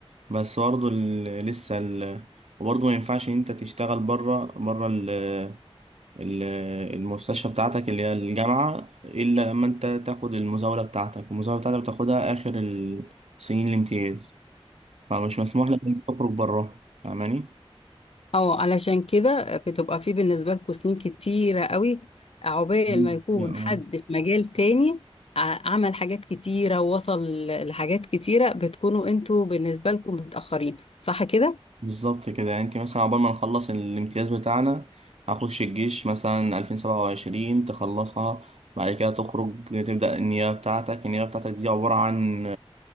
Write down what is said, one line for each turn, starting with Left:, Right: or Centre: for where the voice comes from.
Right: بس برضه ال- لسه ال... وبرضه ما ينفعش ان انت تشتغل بره بره ال... ال... المستشفى بتاعتك اللي هي الجامعة إلا لما انت تاخد المزاولة بتاعتك المزاولة بتاعتك بتاخدها آخر ال- سنين الامتياز فمش مسموح لك انك تخرج بره فاهماني
Left: اه علشان كده بتبقى في بالنسبة لكم سنين كتيرة قوي عقبال
Right: مم.
Left: ما يكون
Right: يعني
Left: حد في مجال تاني ع- عمل حاجات كتيرة ووصل لحاجات كتيرة بتكونوا انتوا بالنسبة لكم متأخرين صح كده؟
Right: بالظبط كده يعني انت مثلا عقبال ما نخلص الامتياز بتاعنا هخش الجيش مثلا 2027 تخلصها بعد كده تخرج تبدأ النيابة بتاعتك النيابة بتاعتك دي عبارة عن